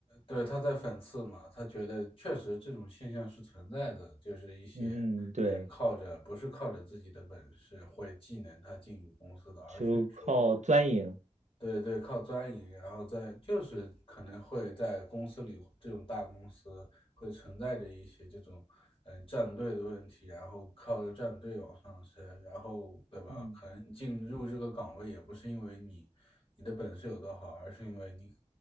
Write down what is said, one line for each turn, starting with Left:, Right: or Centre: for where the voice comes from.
Left: 对，他在讽刺嘛，他觉得确实这种现象是存在的，就是一些人靠着不是靠着自己的本事或者技能他进入公司的，
Right: 嗯，嗯对，
Left: 而是说
Right: 就靠钻营。
Left: 对对，靠钻营，然后在就是可能会在公司里这种大公司会存在着一些这种嗯、呃战队的问题，然后靠着战队往上升，然后对吧？
Right: 嗯
Left: 可能进入这个岗位也不是因为你你的本事有多好，而是因为你